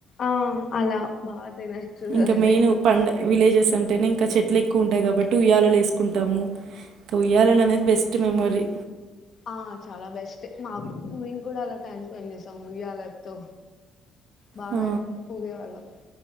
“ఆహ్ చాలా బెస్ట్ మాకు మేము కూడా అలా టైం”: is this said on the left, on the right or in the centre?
Left